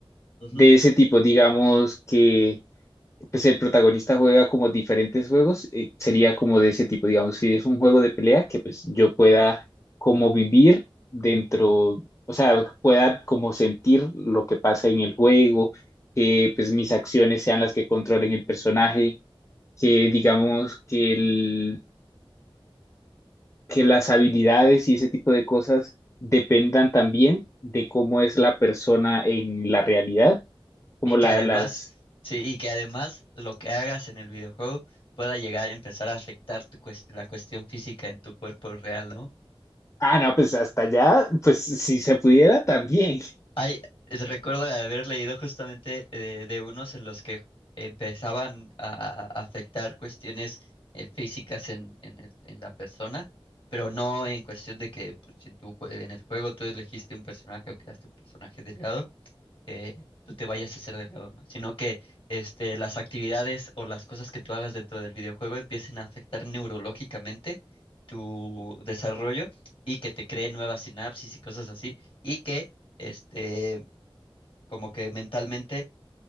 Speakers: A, on the left (about 65°); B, on the left (about 30°).
A: Ujú.
B: de ese tipo, digamos que pues el protagonista juega como diferentes juegos, eh, sería como de ese tipo, digamos, si es un juego de pelea, que pues yo pueda como vivir dentro, o sea, pueda como sentir lo que pasa en el juego, que pues mis acciones sean las que controlen el personaje, que digamos que, el, que las habilidades y ese tipo de cosas dependan también de cómo es la persona en la realidad, como
A: Y que
B: la,
A: además,
B: las
A: sí, y que además lo que hagas en el videojuego pueda llegar a empezar a afectar tu cues- la cuestión física en tu cuerpo real, ¿no?
B: Ah, no, pues hasta allá, pues si se pudiera también.
A: Hay, recuerdo haber leído justamente eh, de unos en los que empezaban a, a afectar cuestiones eh, físicas en, en el- en la persona, pero no en cuestión de que pues, si en, tu jue- en el juego tú elegiste un personaje o creaste un personaje delgado eh, tú te vayas a hacer delgado, ¿no? Sino que este, las actividades o las cosas que tú hagas dentro del videojuego empiecen a afectar neurológicamente tu desarrollo y que te cree nuevas sinapsis y cosas así, y que este, como que mentalmente